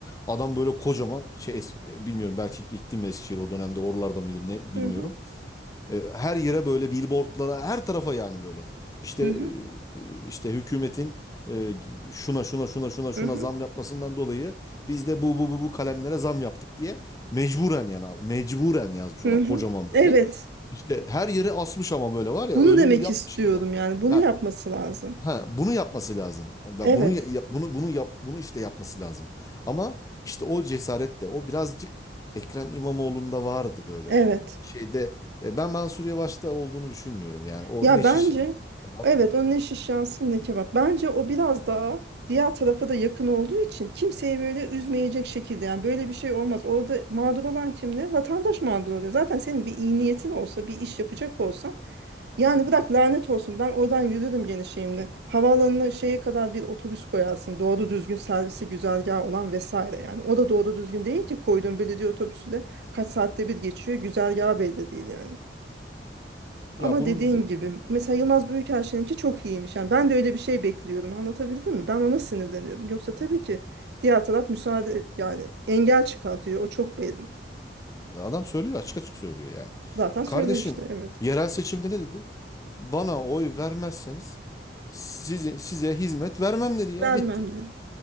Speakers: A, on the left; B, on the right.
A: Adam böyle kocaman şey es- e, bilmiyorum belki gittim mi Eskişehir o dönemde oralarda mıydı ne bilmiyorum.
B: hı hı,
A: E, Her yere böyle billboardlara, her tarafa yani böyle. İşte
B: hı
A: e,
B: hı,
A: e, işte hükümetin e, şuna şuna şuna şuna şuna
B: hı hı,
A: zam yapmasından dolayı biz de bu bu bu bu kalemlere zam yaptık diye mecburen yani abi, mecburen yazmış
B: hı
A: adam
B: hı.
A: kocaman böyle.
B: Evet,
A: İşte her yere asmış ama böyle var ya
B: bunu
A: öyle
B: demek
A: bir yapmış
B: istiyorum
A: ki adam.
B: yani bunu
A: Ha,
B: yapması lazım.
A: Ha, bunu yapması lazım. Ve
B: Evet,
A: Bunu ya- ya- bunu bunu yap bunu işte yapması lazım. Ama işte o cesaret de o birazcık Ekrem İmamoğlu'nda vardı böyle
B: evet.
A: o şeyde. E, Ben Mansur Yavaş'ta olduğunu düşünmüyorum yani. O
B: Ya
A: ne
B: bence
A: şiş yap- kebap.
B: evet o ne şiş yansın ne kebap. Bence o biraz daha diğer tarafa da yakın olduğu için kimseyi böyle üzmeyecek şekilde yani böyle bir şey olmaz. Orada mağdur olan kim ne? Vatandaş mağdur oluyor. Zaten senin bir iyi niyetin olsa, bir iş yapacak olsan yani bırak lanet olsun ben oradan yürürüm gene şeyimle. Havaalanına şeye kadar bir otobüs koyarsın. Doğru düzgün servisi güzergahı olan vesaire yani. O da doğru düzgün değil ki koyduğun belediye otobüsü de kaç saatte bir geçiyor. Güzergahı belli değil yani. Ama
A: Ya bunun
B: dediğin gibi mesela Yılmaz Büyükelçin'inki çok iyiymiş. Yani ben de öyle bir şey bekliyorum Anlatabildim mi? Ben ona sinirleniyorum. Yoksa tabii ki diğer taraf müsaade yani engel çıkartıyor. O çok belli.
A: adam söylüyor açık açık söylüyor yani.
B: Zaten söylemişti
A: Kardeşim
B: evet.
A: yerel seçimde ne dedi? Bana oy vermezseniz size, size hizmet vermem dedi ya
B: Vermem
A: bitti.
B: dedi.